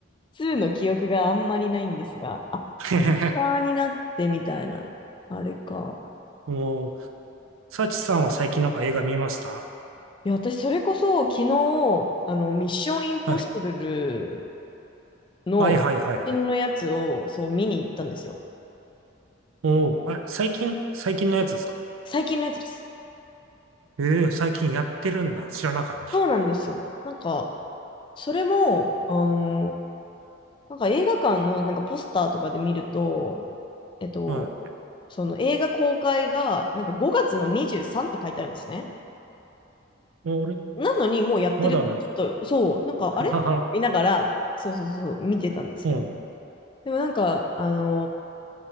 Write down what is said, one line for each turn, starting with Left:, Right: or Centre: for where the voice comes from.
Left: 2の記憶があんまりないんですが、あ、
Right: <laughs>
Left: アッターになってみたいな、あれか。
Right: おー、サチさんは最近なんか映画見ました
Left: いや、私、それこそ、昨日、あの、ミッションインポッシブル
Right: はい。
Left: の、
Right: はいはいはいはい。
Left: 最近のやつを、そう、見に行ったんですよ。
Right: おー、あ、最近、最近のやつですか
Left: 最近のやつです。
Right: ええー最近やってるんだ。知らなかった。
Left: そうなんですよ。なんか、それも、あの、なんか映画館の、なんかポスターとかで見ると、えっと、
Right: はい。
Left: その映画公開が、なんか5月の23って書いてあるんですね。
Right: お、俺、
Left: なのに、もうやってる、
Right: まだない。
Left: ちょっと、そう、なんか、
Right: <laughs>
Left: あれ見ながら、
Right: はは
Left: そうそうそう、見てたんですけど。
Right: うん、
Left: でもなんか、あの、